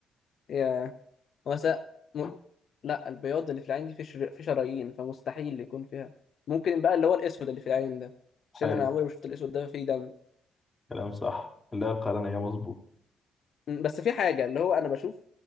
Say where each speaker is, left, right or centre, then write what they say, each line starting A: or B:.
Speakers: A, on the left; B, on the left.
A: يا هو س... م... لا البياض اللي في العين دي في شر... في شرايين فمستحيل يكون فيها ممكن بقى اللي هو الاسود اللي في العين ده عشان
B: حلو
A: انا عمري ما شفت الاسود ده فيه دم
B: كلام صح لا القرنيه مظبوط
A: مم، بس في حاجة اللي هو أنا بشوف